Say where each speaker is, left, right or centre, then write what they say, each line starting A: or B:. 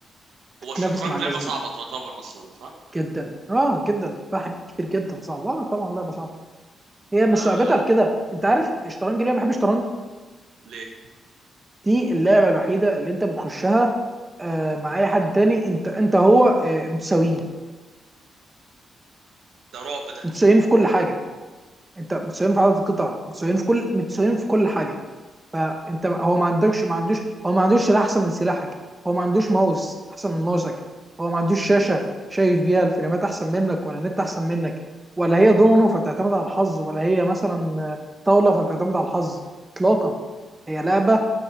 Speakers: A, on the right; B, on the right.
A: تتنافس
B: هو الشطرنج
A: مع الناس
B: لعبه
A: دي
B: صعبه تعتبر اصلا صح
A: جدا اه جدا فيها حاجات كتير جدا صعبه اه طبعا لعبه صعبه هي
B: ما
A: مش صعوبتها في كده انت عارف الشطرنج ليه أنا بحب الشطرنج
B: ليه
A: دي اللعبه الوحيده اللي انت بتخشها آه، مع اي حد تاني انت انت هو آه، متساويين
B: ده رعب ده
A: متساويين في كل حاجه انت متساويين في عدد القطع متساويين في كل متساويين في كل حاجه فانت هو ما عندكش ما عندوش هو ما عندوش سلاح احسن من سلاحك هو ما عندوش ماوس احسن من ماوسك هو ما عندوش شاشه شايف بيها الفريمات احسن منك ولا نت احسن منك ولا هي دومينو فبتعتمد على الحظ ولا هي مثلا آه، طاوله فبتعتمد على الحظ اطلاقا هي لعبه